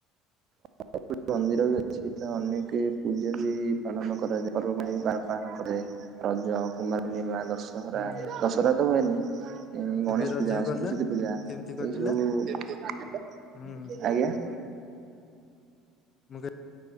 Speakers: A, on the right; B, on the left.
A: ସ ମନ୍ଦିର ବି ଅଛି ତ ଅନେକ ପୂଜା ବି ପାଳନ କରାଯାଏ। ପର୍ବ ପାଣି ବି ପାଳନ କରାଯାଏ। ରଜ କୁମାର ପୂର୍ଣ୍ଣିମା ଦଶହରା
B: ହୁଁ ହୁଁ
A: ଦଶହରା ତ ହୁଏନି। ଏ ଗଣେଶ
B: ଏବେ ରଜ
A: ପୂଜା
B: ଗଲା
A: ସରସ୍ଵତୀ ପୂଜା
B: କେମିତି କଟିଲା?
A: ଏଇ ସବୁ,
B: ହୁଁ
A: ଆଜ୍ଞା।
B: ମୁଁ